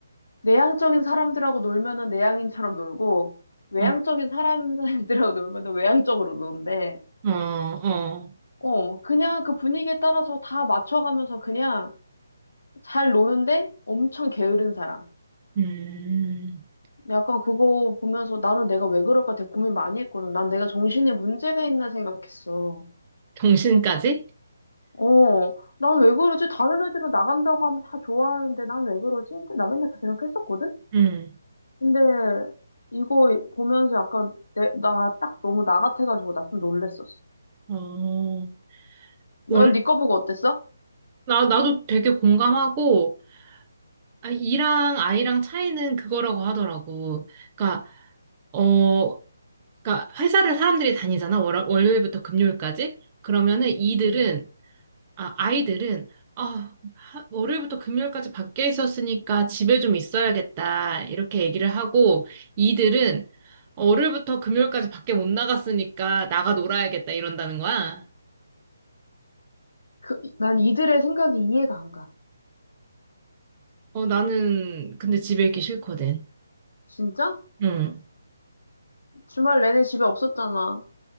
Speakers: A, on the left; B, on the right.
A: 내향적인 사람들하고 놀면은 내향인처럼 놀고 외향적인
B: 어,
A: 사람들하고 놀면은 외향적으로 노는데
B: 어, 어.
A: 어, 그냥 그 분위기에 따라서 다 맞춰가면서 그냥 잘 노는데 엄청 게으른 사람.
B: 음,
A: 약간 그거 보면서 나는 내가 왜 그럴까 되게 고민 많이 했거든. 난 내가 정신에 문제가 있나 생각했어.
B: 정신까지?
A: 어, 난 왜 그러지? 다른 애들은 나간다고 하면 다 좋아하는데 난 왜 그러지? 근데 나 맨날 그 생각했었거든?
B: 음,
A: 근데 이거 보면서 약간 내, 나 딱 너무 나 같아가지고 나 좀 놀랬었어.
B: 어,
A: 넌
B: 원,
A: 네 거 보고 어땠어?
B: 나, 나도 되게 공감하고, 아, 이랑 아이랑 차이는 그거라고 하더라고. 그러니까, 어, 그러니까 회사를 사람들이 다니잖아. 월, 월요일부터 금요일까지. 그러면은 이들은
A: 응.
B: 아, 아이들은 아, 하- 월요일부터 금요일까지 밖에 있었으니까 집에 좀 있어야겠다. 이렇게 얘기를 하고 이들은 월요일부터 금요일까지 밖에 못 나갔으니까 나가 놀아야겠다 이런다는 거야.
A: 그, 난 이들의 생각이 이해가 안 가.
B: 어, 나는 근데 집에 있기 싫거든.
A: 진짜?
B: 응.
A: 주말 내내 집에 없었잖아.